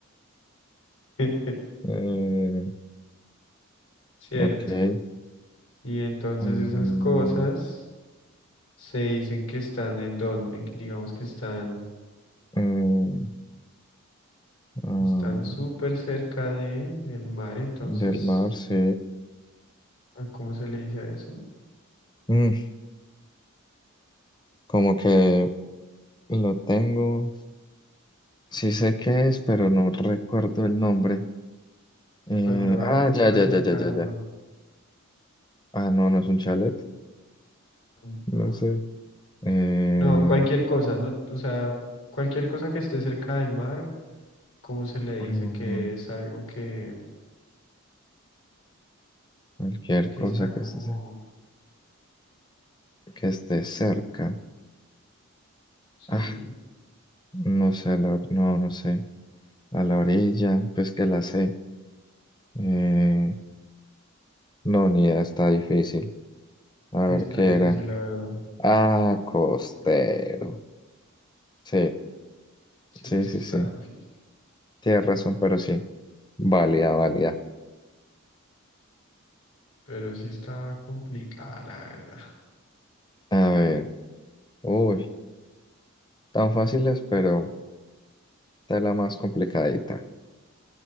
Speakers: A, on the left; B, on the left.
A: <laughs>
B: Eh,
A: Cierto.
B: ok.
A: Y entonces
B: Mm,
A: esas cosas se dicen que están en donde, digamos que están,
B: eh, ah,
A: están súper cerca de el mar, entonces,
B: del mar, sí.
A: ¿a cómo se le dice a eso?
B: Mm, como que lo tengo. Sí sé qué es, pero no recuerdo el nombre. Eh,
A: Cuando algo
B: ah,
A: está
B: ya, ya,
A: cerca
B: ya, ya, ya,
A: del mar.
B: ya. Ah, no, no es un chalet.
A: Mm,
B: No
A: ah,
B: sé. Eh,
A: No, cualquier cosa, no, o sea, cualquier cosa que esté cerca del mar, ¿cómo se le dice?
B: ah,
A: Que es algo que,
B: cualquier
A: que
B: cosa
A: está como,
B: que esté, ce- que esté cerca.
A: sí,
B: Ah, no sé, la- no, no sé. A la orilla, pues que la sé. Eh, no, ni idea, está difícil. A
A: está
B: ver qué
A: difícil,
B: era.
A: la verdad.
B: Ah, costero. Sí,
A: Sí,
B: sí,
A: es
B: sí,
A: que está
B: sí.
A: difícil.
B: Tienes razón, pero sí. Válida, válida.
A: Pero sí está complicada, la verdad.
B: A ver. Uy, tan fáciles, pero está la más complicadita.